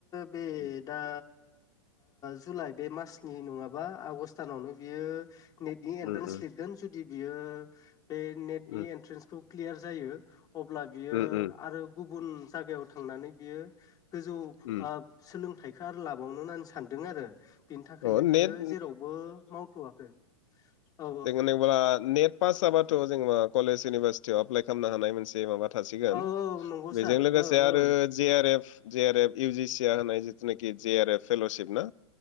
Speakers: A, on the left; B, on the left.
A: बे
B: उम
A: दा जुलाइ बे मासनि नङाबा आगस्ट दानावनो बियो नेटनि एन्ट्रेन्स
B: उम
A: लिरगोन जुदि बियो बे नेटनि
B: उम
A: एन्ट्रेन्सखौ क्लियार जायो अब्ला बियो
B: उम उम
A: आरो गुबुन जायगायाव थांनानै बियो गोजौ
B: उम
A: सोलोंथाइखौ आरो लाबावनो होननानै सानदों आरो बिनि थाखायनो
B: अ नेट
A: बियो जेरावबो मावथ'वाखै औ
B: जला <unintelligible> नेट पास जाबाथ' जोङो कलेज इउनिभारसिटियाव एप्लाइ खालामनो हानाय मोनसे माबा थासिगोन
A: औ औ नंगौ
B: बेजों
A: सार
B: लोगोसे
A: ओ
B: आरो
A: ओ
B: G R F J R F इउजिसिआ होनाय जिथुनाखि जे आर एफ फेल'शिप ना